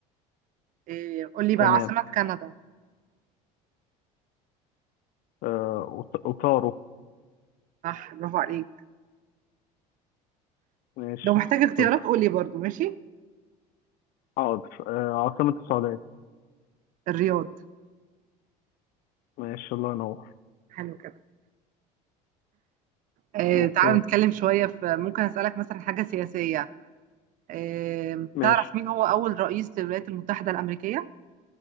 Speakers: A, on the right; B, on the left.
A: إيه، قول لي بقى
B: تمام
A: عاصمه كندا
B: آه وط- وطاروا
A: صح برافو عليك
B: ماشي
A: لو محتاج اختيارات
B: شكرا
A: قول لي برضو ماشي
B: حاضر آه عاصمة السعودية
A: الرياض
B: ماشي الله ينور
A: حلو كده إيه،
B: اوكي
A: تعال نتكلم شويه في ممكن اسالك مثلا حاجه سياسيه إيه،
B: ماشي
A: تعرف مين هو اول رئيس للولايات المتحده الامريكيه